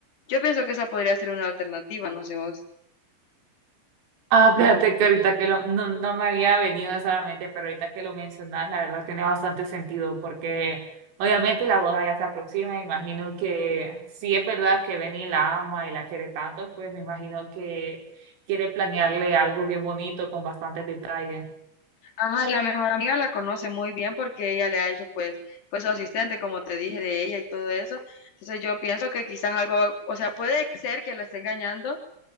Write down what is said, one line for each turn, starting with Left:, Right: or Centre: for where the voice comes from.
Left: Yo pienso que esa podría ser una alternativa, no sé vos.
Right: Ah, fíjate que ahorita que lo, no, no me había venido eso a la mente, pero ahorita que lo mencionas, la verdad tiene bastante sentido, porque obviamente la boda ya se aproxima, me imagino que si es verdad que Benny la ama y la quiere tanto, pues me imagino que quiere planearle algo bien bonito con bastantes detalles.
Left: Ajá, y la mejor amiga la conoce muy bien porque ella le ha hecho, pues, fue su asistente, como te dije, de ella y todo eso. Entonces yo pienso que quizás algo, o sea, puede ser que la esté engañando,